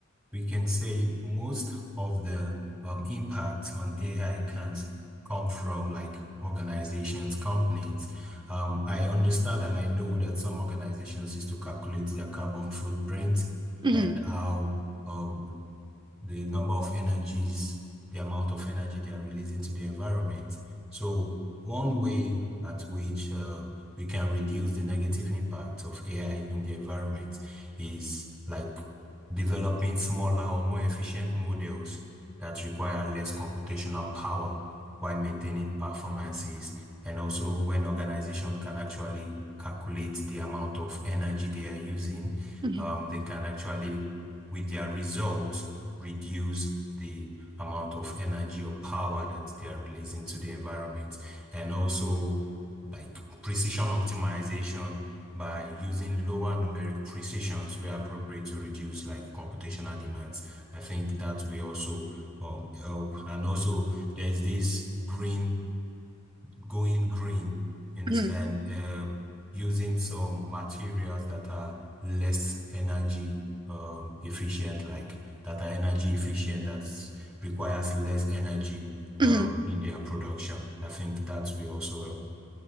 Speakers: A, in the centre; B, on the right (about 20°).
A: we can say most of the um, impact on AI can s- come from like organizations, companies. Um, I understand and I know that some organizations used to calculate their carbon footprint
B: Mhm,
A: and how um, the number of energies, the amount of energy they are releasing to the environment. So one way at which uh, we can reduce the negative impact of AI in the environment is like developing smaller or more efficient models that require less computational power while maintaining performances. And also when organizations can actually calculate the amount of energy they are using,
B: mhm,
A: um, they can actually with their results reduce the amount of energy or power that they are releasing to the environment. And also, like precision optimization by using lower numeric precisions where appropriate to reduce like computational demands. I think that will also um, help. And also, there is this green going green, you understand,
B: mhm,
A: um, using some materials that are less energy um, efficient, like that are energy efficient, that requires less energy
B: mhm,
A: um,
B: mhm.
A: in their production. I think that we also help.